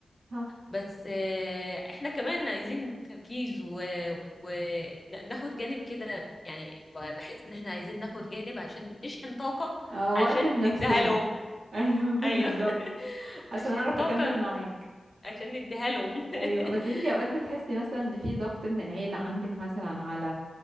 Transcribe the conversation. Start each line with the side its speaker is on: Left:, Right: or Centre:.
Right: صح
Left: بس آه، احنا كمان عايزين تركيز وناخد جانب كده يعني بحس إن احنا عايزين ناخد جانب عشان نشحن طاقة
Right: آه
Left: عشان
Right: وقت لنفسنا
Left: نديها لهم
Right: ايوه بالظبط
Left: ايوه <laughs>
Right: عشان
Left: عشان
Right: اعرف
Left: طاقة
Right: اكمل معاك
Left: عشان نديها لهم
Right: ايوه بس
Left: <laughs>
Right: انتي اوقات بتحسي مثلا ان في ضغط من العيله عندك مثلا على